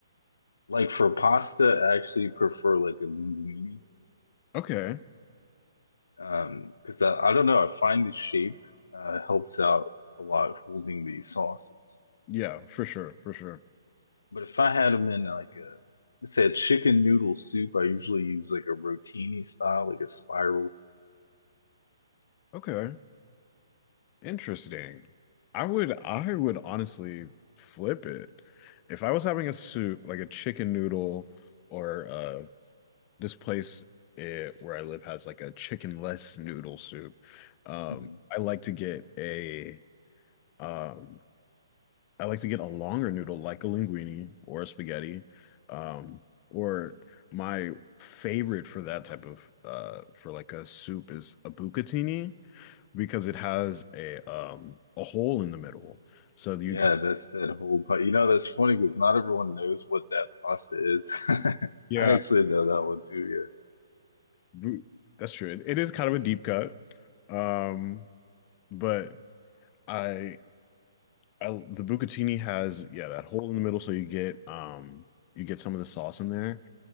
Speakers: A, on the left; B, on the left.
A: Like for pasta, I actually prefer like a linguine.
B: Okay.
A: Um, because I, I don't know, I find the shape uh helps out a lot holding these sauces.
B: Yeah, for sure, for sure.
A: But if I had them in like a let's say a chicken noodle soup, I usually use like a rotini style, like a spiral.
B: Okay. Interesting. I would I would honestly flip it. If I was having a soup, like a chicken noodle or uh this place eh, where I live has like a chickenless noodle soup. Um,
A: Mhm.
B: I like to get a Um, I like to get a longer noodle like a linguine or a spaghetti. Um, or my favorite for that type of uh for like a soup is a bucatini because it has a um a hole in the middle. So you
A: Yeah,
B: can,
A: that's that whole part. You know, that's funny because not everyone knows what that pasta is. <laughs> I
B: yeah,
A: actually know that one too.
B: bu- that's true. It, it is kind of a deep cut. Um, but I I the bucatini has yeah, that hole in the middle so you get um you get some of the sauce in there